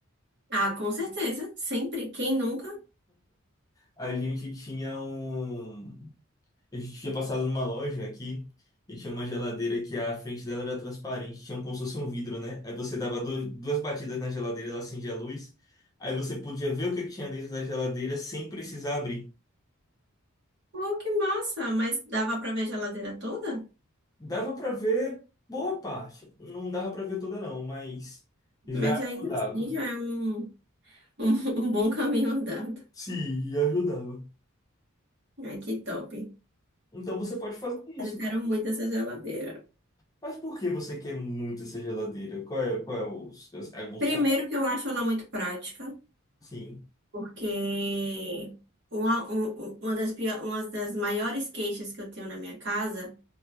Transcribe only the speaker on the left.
A gente tinha um. A gente tinha passado numa loja aqui e tinha uma geladeira que a frente dela era transparente, tinha como se fosse um vidro, né? Aí você dava do- duas batidas na geladeira, ela acendia a luz. Aí você podia ver o que que tinha dentro da geladeira sem precisar abrir.
Dava para ver boa parte. Não dava para ver toda, não, mas já
dava.
Sim, e ajudava.
Então você pode fazer isso.
Mas por que você quer muito essa geladeira? Qual é, qual é os, as- algum sonho?
Sim,